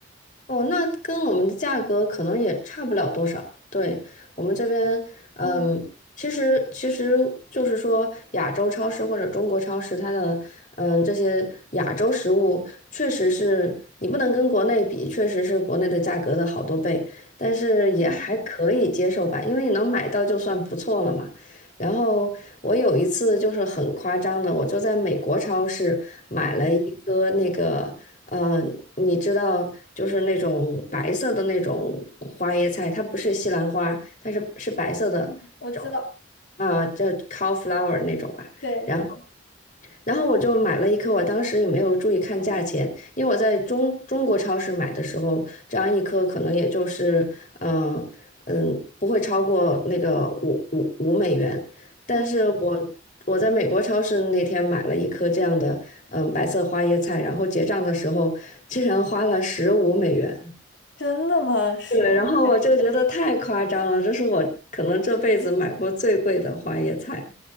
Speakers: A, on the left; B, on the left.
A: 哦，那跟我们的价格可能也差不了多少。对，我们这边，嗯，
B: 嗯
A: 其实其实就是说，亚洲超市或者中国超市，它的，嗯，这些亚洲食物确实是你不能跟国内比，确实是国内的价格的好多倍，但是也还可以接受吧，
B: 嗯
A: 因为你能买到就算不错了嘛。然后我有一次就是很夸张的，我就在美国超市买了一个那个。
B: 嗯
A: 呃，你知道，就是那种白色的那种花椰菜，它不是西兰花，但是是白色的那种
B: 嗯，我知道，
A: 啊，叫 cauliflower 那种吧。
B: 对对，
A: 然后然后我就买了一颗，我当时也没有注意看价钱，因为我在中中国超市买的时候，这样一颗可能也就是，嗯、嗯，不会超过那个五五五美元。但是我我在美国超市那天买了一颗这样的，
B: 嗯，
A: 嗯，白色花椰菜，然后结账的时候竟然花了十五美元。
B: 真的吗？十五。
A: 对，然后我就觉得太夸张了，这是我可能这辈子买过最贵的花椰菜。